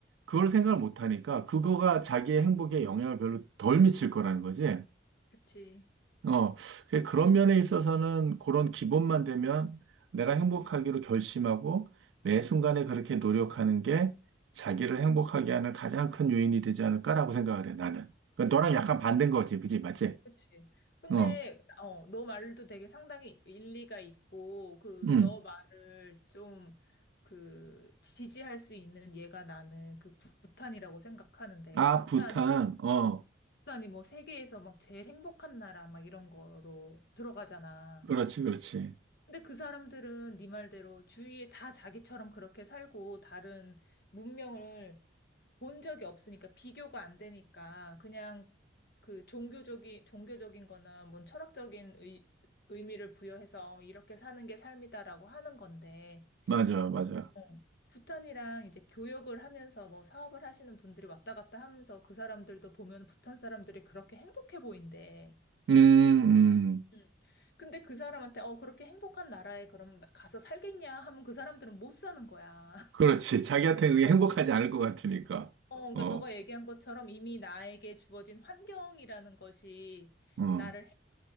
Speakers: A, on the right; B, on the left.
A: 그걸 생각을 못 하니까 그거가 자기의 행복에 영향을 별로 덜 미칠 거라는 거지.
B: 그치.
A: 어, 그래서 그런 면에 있어서는 그런 기본만 되면 내가 행복하기로 결심하고 매 순간에 그렇게 노력하는 게 자기를 행복하게 하는 가장 큰 요인이 되지 않을까라고 생각을 해, 나는. 그러니까 너랑 약간 반대인 거지, 그지? 맞지?
B: 그치. 근데,
A: 어,
B: 어, 너 말도 되게 상당히 일리가 있고, 그,
A: 음.
B: 너 말을 좀, 그, 지지할 수 있는 얘가 나는 그 부탄이라고 생각하는데,
A: 아,
B: 부탄이,
A: 부탄 어,
B: 어, 부탄이 뭐 세계에서 막 제일 행복한 나라 막 이런 거로 들어가잖아.
A: 그렇지, 그렇지.
B: 근데 그 사람들은 네 말대로 주위에 다 자기처럼 그렇게 살고, 다른 문명을 본 적이 없으니까 비교가 안 되니까 그냥 그 종교적인 종교적인 거나 뭔 철학적인 의, 의미를 부여해서 어, 이렇게 사는 게 삶이다라고 하는 건데
A: 맞아, 맞아.
B: 어, 부탄이랑 이제 교역을 하면서 뭐 사업을 하시는 분들이 왔다 갔다 하면서 그 사람들도 보면 부탄 사람들이 그렇게 행복해 보인대.
A: 음, 음.
B: 음. 근데 그 사람한테 어 그렇게 행복한 나라에 그럼 나- 가서 살겠냐 하면 그 사람들은 못 사는 거야. <laughs>
A: 그렇지. 자기한테 그게
B: 어.
A: 행복하지 않을 것 같으니까.
B: 어, 그러니까
A: 어,
B: 너가 얘기한 것처럼 이미 나에게 주어진 환경이라는 것이
A: 어.
B: 나를 해-